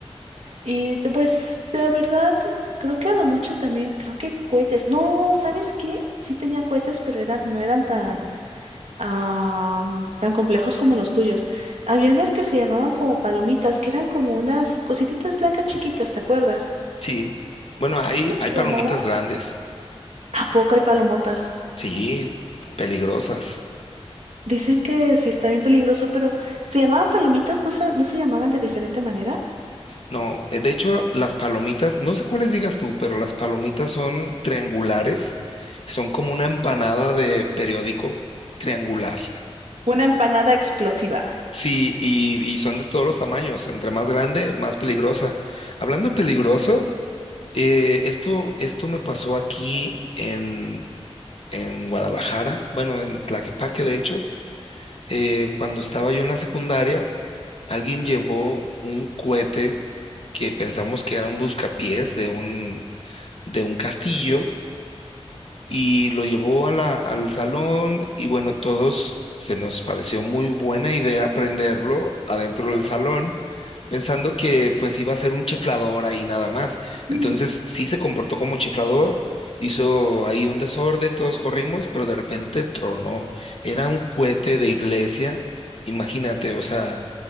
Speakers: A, on the right; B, on the left.
A: Y te- pues de verdad, creo que a lo mucho también, creo que cohetes. No, ¿sabes qué? Sí tenía cohetes, pero eran, no eran tan, ah, tan complejos como los tuyos. Había unas que se llamaban como palomitas, que eran como unas cosititas blancas chiquitas, ¿te acuerdas?
B: Sí, bueno, hay,
A: ¿Cómo
B: hay
A: se
B: palomitas
A: llamaban?
B: grandes,
A: ¿A poco hay palomotas?
B: sí, peligrosas.
A: Dicen que sí está bien peligroso, pero se llamaban palomitas, no se, no se llamaban de diferente manera.
B: No, eh, de hecho, las palomitas, no sé cuáles digas tú, pero las palomitas son triangulares, son como una empanada de periódico triangular.
A: Una empanada explosiva.
B: Sí, y, y son de todos los tamaños, entre más grande, más peligrosa. Hablando peligroso, eh, esto, esto me pasó aquí en, en Guadalajara, bueno, en Tlaquepaque, de hecho, eh, cuando estaba yo en la secundaria alguien llevó un cohete que pensamos que era un buscapiés de un, de un castillo y lo llevó a la- al salón y bueno, todos se nos pareció muy buena idea prenderlo adentro del salón, pensando que pues iba a ser un chiflador ahí nada más. Entonces
A: Mm.
B: sí se comportó como chiflador. Hizo ahí un desorden, todos corrimos, pero de repente tronó. Era un cohete de iglesia, imagínate, o sea,